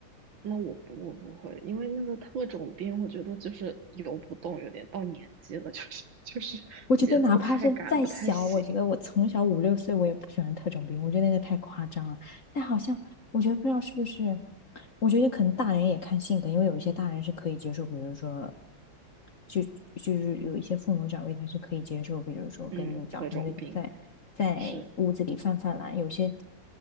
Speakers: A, on the right; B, on the left.
A: 那我不我不会，因为那个特种兵，我觉得就是游不动，有点到年纪了，就是 <laughs> 就是节奏太赶，
B: 我觉得哪怕是再小，
A: 不太行。
B: 我觉得我从小五六岁我也不喜欢特种兵，我觉得那个太夸张了。但好像我觉得不知道是不是，我觉得可能大人也看性格，因为有一些大人是可以接受，比如说，就就是有一些父母长辈他是可以接受，比如说跟你早上在在在屋子里犯犯懒，
A: 嗯，特种兵。是，
B: 有些